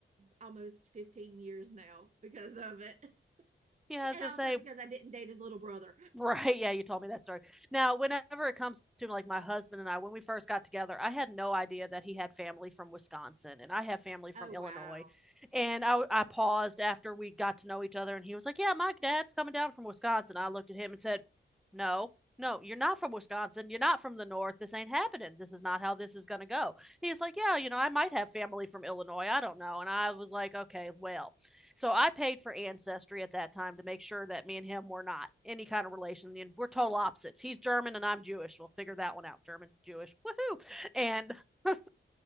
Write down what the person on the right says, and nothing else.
almost 15 years now because of it. <laughs>
And
also
because I didn't date his little brother.
Oh
wow.